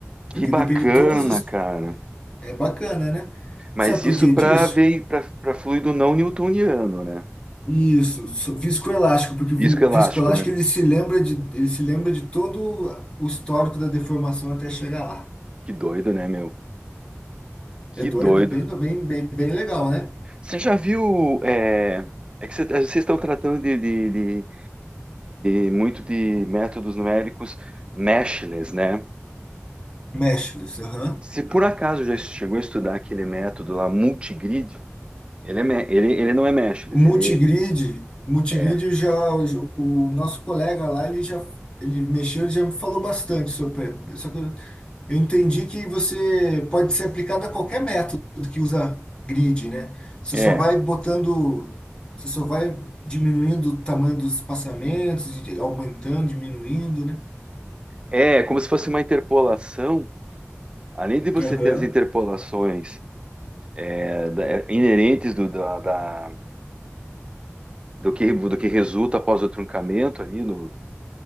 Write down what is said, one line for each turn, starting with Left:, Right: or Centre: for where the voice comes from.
Right: Que
Left: Porque
Right: bacana,
Left: depende de todos os.
Right: cara.
Left: É bacana, né?
Right: Mas
Left: Sabe por
Right: isso
Left: que
Right: para
Left: disso?
Right: ver para fluido não newtoniano, né?
Left: Isso, so- viscoelástico, porque o
Right: Viscoelástico,
Left: vi- viscoelástico
Right: né?
Left: ele se lembra de, ele se lembra de todo o histórico da deformação até chegar lá.
Right: Que doido, né, meu? Que
Left: É doido,
Right: doido.
Left: é bem, bem, bem, bem legal, né?
Right: Você já viu? É, é que cê- é, vocês estão tratando de, de, de- de muito de métodos numéricos meshless, né?
Left: Meshless, aham.
Right: Se por acaso já chegou a estudar aquele método lá, multigrid, ele, é, me- ele, ele não é meshless,
Left: O Multigrid,
Right: ele
Left: o Multigrid
Right: é,
Left: já, o nosso colega lá, ele já, ele mexeu, ele já me falou bastante sobre, só que eu, eu entendi que você pode ser aplicado a qualquer método que usa grid, né? Você
Right: é
Left: só vai botando, você só vai diminuindo o tamanho dos espaçamentos, e aumentando, diminuindo, né?
Right: É, como se fosse uma interpolação. Além de você
Left: Aham,
Right: ter as interpolações é, da- é, inerentes do, da, da- do que, do que resulta após o truncamento ali no-